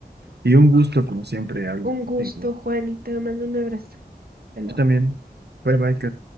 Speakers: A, on the right; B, on the right.
A: y un gusto como siempre hablar
B: Un
A: contigo.
B: gusto, Juani. Te mando un abrazo. Hasta luego.
A: Yo también. Bye bye, Kat.